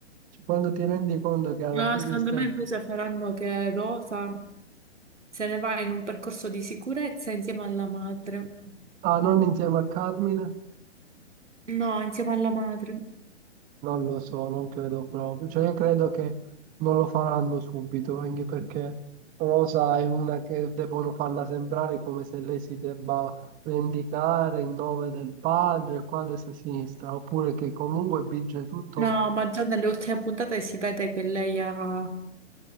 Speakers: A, on the right; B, on the right.
A: Cioè, quando ti rendi conto che alla
B: No,
A: fine
B: secondo
A: stai...
B: me invece faranno che Rosa se ne va in un percorso di sicurezza insieme alla madre.
A: Ah, non insieme a Carmine?
B: No, insieme alla madre.
A: Non lo so, non credo proprio. Cioè, io credo che non lo faranno subito, anche perché Rosa è una che devono farla sembrare come se lei si debba vendicare in nome del padre, il quale si sinistra, oppure che comunque vige tutto.
B: No, ma già nelle ultime puntate si vede che lei ha,